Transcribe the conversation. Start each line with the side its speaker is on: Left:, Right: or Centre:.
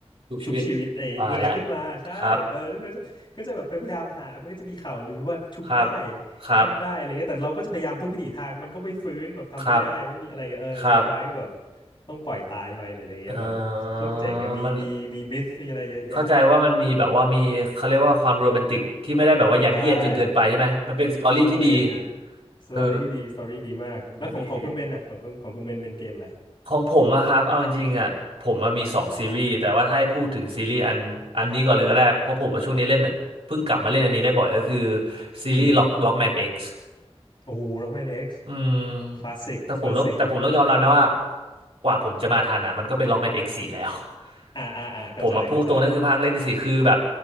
Right: ทุกชีวิต
Left: ชุบชีวิตไอ้คนเนี้ยขึ้นมาใช่เออทุกคนก็จะก็จะแบบไปพยายามหามันก็จะมีข่าวลือว่าชุบได้
Right: ว่าแล้วครับ ครับ ครับ
Left: ชุบได้อะไรเงี้ยแต่เราก็จะพยายามทุกวิถีทางมันก็ไม่ฟื้นแบบทำไม่ได้ไม่มีอะไรเงี้ยเออสุดท้ายก็แบบ
Right: ครับ ครับ
Left: ต้องปล่อยตายไปหรืออะไรเงี้ยแบบโคตรเจ๋งอะมีมีมีมิสมีอะไรเยอะแยะ
Right: เอ่อมันเข้าใจว่ามันมีแบบว่ามีเขาเรียกว่าความโรแมนติกที่ไม่ได้แบบว่ายัดเยียดจนเกินไปใช่ไหมมันเป็นสตอรี่ที่ดี
Left: ใช่อะไรอย่างนั้นสตอรี่ดีสตอรี่ดีมากแล้วของของคุณเบนน่ะของคุณของคุณเบนเป็นเกมอะไร
Right: เออ ดีนะดีดีของผมอะครับเอาจริงๆอะผมมันมีสองซีรีส์แต่ว่าถ้าให้พูดถึงซีรีส์อันอันนี้ก่อนเลยก็ได้เพราะผมว่าช่วงนี้เล่นเพิ่งกลับมาเล่นอันนี้ได้บ่อยก็คือซีรีส์
Left: อืม
Right: Lock Lockman X
Left: โอ้โห Rockman X
Right: อืม
Left: คลาสสิกคลาสสิก
Right: แต่ผมต้องแต่ผมต้องยอมรับนะว่ากว่าผมจะมาทันอ่ะมันก็เป็นล็อกแมนเอกซ์สี่แล้ว <laughs>
Left: อ่าอ่าอ่าเข้าใจเข้าใจ
Right: ผมมาพูดตรงนั่นคือภาคเล่นที่สี่คือแบบ